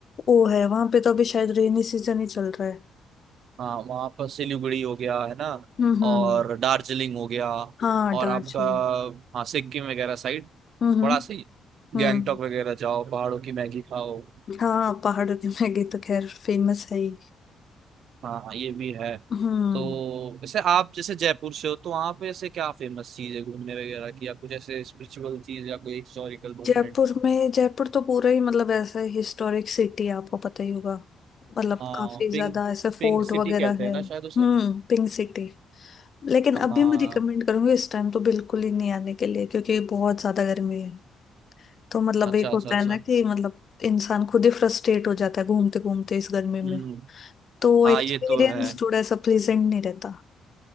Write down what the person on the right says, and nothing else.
हाँ वहाँ पर सिलीगुड़ी हो गया है ना
और दार्जिलिंग हो गया
और
आपका हाँ सिक्किम वगैरह साइड
बड़ा
सही
गैंगटॉक वगैरह जाओ पहाड़ों की मैगी खाओ
हाँ हाँ ये भी है
तो वैसे आप जैसे जयपुर से हो तो वहाँ पे ऐसे क्या फेमस चीज है घूमने वगैरह की या कुछ ऐसे स्पिरिचुअल चीज या कोई हिस्टोरिकल मूवमेंट
हाँ
पिंक
पिंक सिटी
कहते हैं
ना शायद उसे
हाँ
अच्छा
अच्छा
अच्छा
हम्म
हाँ
ये तो है